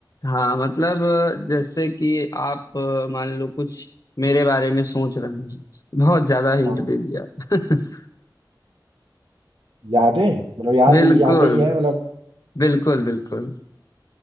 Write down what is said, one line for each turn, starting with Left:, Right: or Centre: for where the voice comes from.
Left: हाँ मतलब अ, जैसे कि आप अ, मान लो कुछ मेरे बारे में सोच रहे हैं बहुत ज्यादा हिंट
Right: हाँ
Left: दे दिया <laughs>
Right: यादें मतलब याद
Left: बिल्कुल
Right: ही यादें ही है मतलब
Left: बिल्कुल बिल्कुल